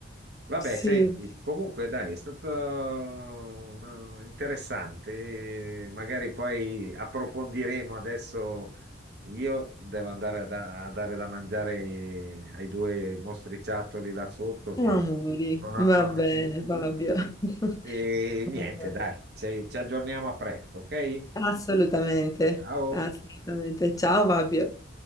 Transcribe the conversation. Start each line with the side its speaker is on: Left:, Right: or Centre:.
Right: Vabbè,
Left: sì.
Right: senti, comunque dai, è stato no, interessante. eh, Magari poi approfondiremo adesso. Io devo andare a, da- a dare da mangiare ai due mostriciattoli là sotto che
Left: Amori,
Right: sono
Left: va
Right: affamatissimi.
Left: bene, Fabio. <laughs>
Right: E
Left: Va
Right: niente,
Left: bene.
Right: dai, ci ci aggiorniamo a presto, ok?
Left: Assolutamente,
Right: Ciao.
Left: assolutamente. Ciao, Fabio.